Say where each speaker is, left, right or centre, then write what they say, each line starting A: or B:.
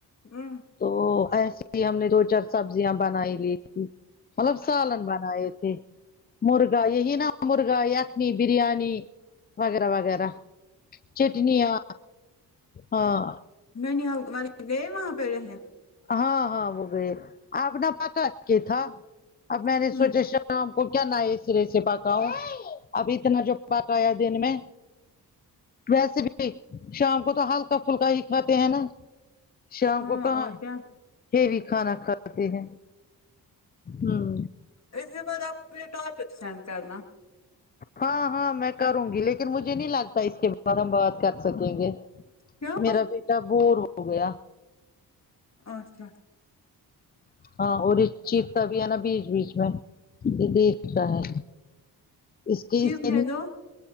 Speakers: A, on the left; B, on the left.
A: ہمم
B: تو ایسے ہی ہم نے دو چار سبزیاں بنائی لی تھی مطلب سالن بنا آے تھے مرغا یہی نہا مرغا یخنی بریانی وغیرہ وغیرہ چٹنییاں ہاں
A: نہیں نہیں میں نے گئے وہاں پہ رہنے
B: ہاں ہاں وہ گئے اب نہ پکا کے تھا اب میں
A: ہوں
B: نے سوچا ش ام کو کیا نئے سرے سے پکا ہوں اب اتنا جو پکایا دن میں ویسے بھی شام کو تو ہلکا پھلکا ہی کھاتے ہیں نا شام
A: ہاں
B: کو کہاں
A: اور کیا
B: ہیوی کھانا کھاتے ہیں ہمم
A: اس کے بعد اپ ایک ٹاپک سینڈ کرنا
B: ہاں ہاں میں کروں گی لیکن مجھے نہیں لگتا اس کے بار ہم بات کر سکیں گے
A: کیوں
B: میرا بیٹا بور ہو گیا
A: اور کیا
B: ہاں اور چتا بھی ہے نا بیچ بیچ میں یہ دیکھتا ہے اس کی
A: چیخنے
B: سکن
A: دو